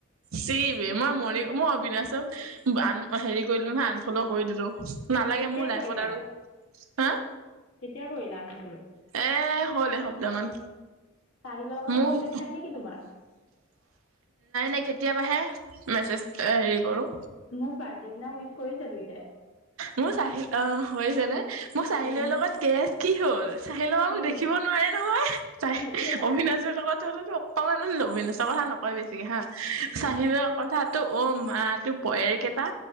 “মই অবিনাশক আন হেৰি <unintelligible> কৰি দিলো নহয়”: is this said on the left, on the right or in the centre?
Right